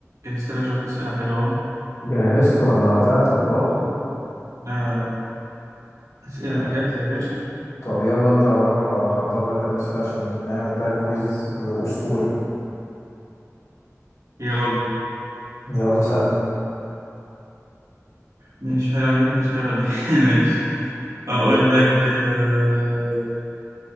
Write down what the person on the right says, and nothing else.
جهزت لك شوية أسئلة حلوة أهو
لا لا لا، أسئلة
جاهزة يا باشا
يلا
ماشي حلو عجبتني اشتغل دي <laughs> ماشي أقول
لك آه،